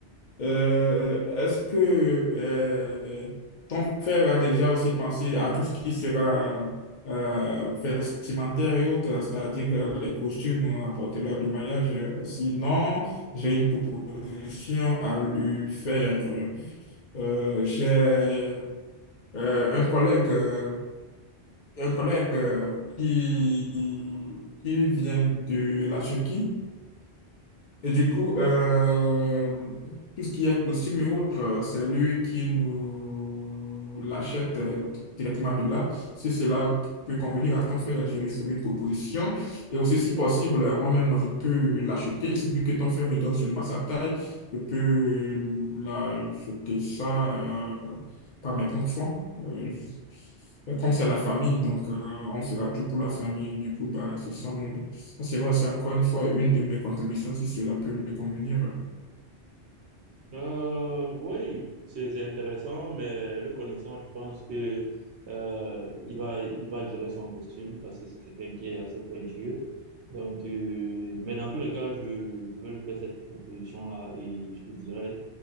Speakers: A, on the left (about 50°); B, on the right (about 75°).
A: Euh, est-ce que euh, ton frère a déjà aussi pensé à tout ce qui sera euh, vestimentaire et autres, c'est-à-dire euh, les costumes à porter lors du mariage? Sinon, j'ai une proposition à lui faire. Euh, j'ai euh, un collègue, euh, un collègue euh, qui, qui vient de la Turquie. Et du coup, euh, tout ce qui est costume et autres, euh, c'est lui qui nous l'achète euh, directement de là. Si cela peut convenir à ton frère, je lui ferai une proposition. Et aussi, si possible, euh, moi-même, moi, je peux l'acheter. Il suffit que ton frère me donne seulement sa taille. Je peux l'acheter ça. euh, par mes propres fois. Euh, je- comme c'est la famille, donc euh, on fera tout pour la famille. Du coup, bah, ce sont mon- ça sera, c'est encore une fois une de mes contributions si cela peut lui convenir.
B: Euh, oui, c'est c'est intéressant, mais le connaissant, je pense que euh, il va il va gérer son costume parce que c'est quelqu'un qui est assez pointueux. Donc, euh, mais dans tous les cas, je je vais lui faire cette proposition-là et je te dirai